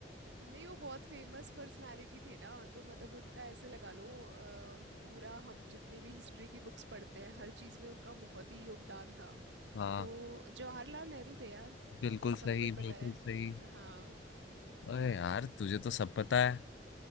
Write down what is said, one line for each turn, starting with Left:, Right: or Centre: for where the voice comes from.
Right: नहीं वो बहुत फेमस पर्सनालिटी थे ना तो मतलब उनका ऐसे लगा लो अ, पूरा हम जितनी भी हिस्ट्री की बुक्स पढ़ते हैं हर चीज़ में उनका बहुत ही योगदान था
Left: हाँ
Right: तो जवाहरलाल नेहरू थे यार
Left: बिल्कुल
Right: और सबको
Left: सही
Right: ही पता
Left: बिल्कुल
Right: है
Left: सही
Right: हाँ
Left: अरे यार तुझे तो सब पता है